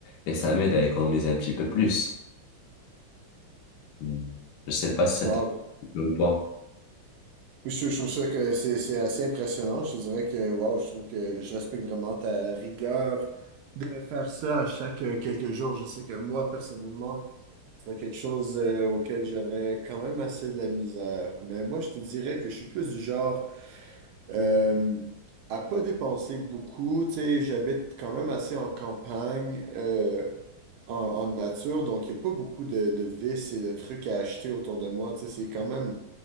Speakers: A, on the left; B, on the right.
A: Et ça m'aide à économiser un petit peu plus. Hmm. Je sais pas si ça
B: Wow.
A: te plaît ou pas.
B: Je, je trouve ça que c'est c'est assez impressionnant. Je te dirais que wow, je trouve que je respecte vraiment ta rigueur de faire ça à chaque euh, quelques jours. Je sais que moi, personnellement, c'est quelque chose euh, auquel j'aurais quand même assez de la misère. Mais moi, je te dirais que je suis plus du genre euh, à pas dépenser beaucoup. Tu sais, j'habite quand même assez en campagne, euh, en, en nature, donc il n'y a pas beaucoup de, de vices et de trucs à acheter autour de moi. Tu sais, c'est quand même...